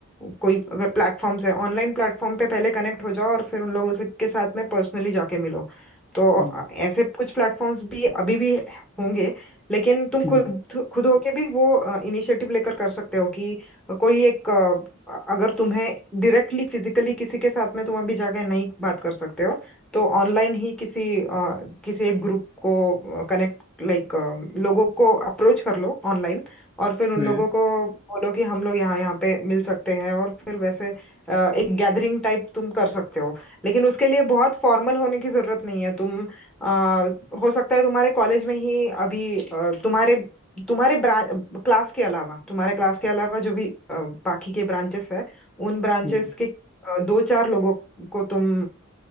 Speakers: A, in the centre; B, on the left (about 20°).
A: कोई अगर प्लेटफॉर्म्स है ऑनलाइन प्लेटफॉर्म पे पहले कनेक्ट हो जाओ और फिर उन लोगों से के साथ में पर्सनली जाके मिलो तो
B: हम्म
A: अ, ऐसे कुछ प्लेटफॉर्म्स भी अभी भी होंगे लेकिन तुम
B: हम्म
A: खुद खुद होके भी वो इनिशिएटिव लेकर कर सकते हो कि कोई एक अ, अगर तुम्हें डायरेक्टली फिजिकली किसी के साथ में तुम अभी जाके नहीं बात कर सकते हो तो ऑनलाइन ही किसी अ, किसी एक ग्रुप को कनेक्ट लाइक लोगों को अप्रोच कर लो ऑनलाइन और फिर उन
B: हम्म
A: लोगों को बोलो कि हम लोग यहाँ यहाँ पे मिल सकते हैं और फिर वैसे अ, एक गैदरिंग टाइप तुम कर सकते हो लेकिन उसके लिए बहुत फॉर्मल होने की जरूरत नहीं है तुम अ, हो सकता है तुम्हारे कॉलेज में ही अभी अ, तुम्हारे तुम्हारे क्लास के अलावा तुम्हारे क्लास के अलावा जो भी अ, बाकी के ब्रांचेस है उन ब्रांचेस
B: हम्म हम्म,
A: के अ, दो चार लोगों को तुम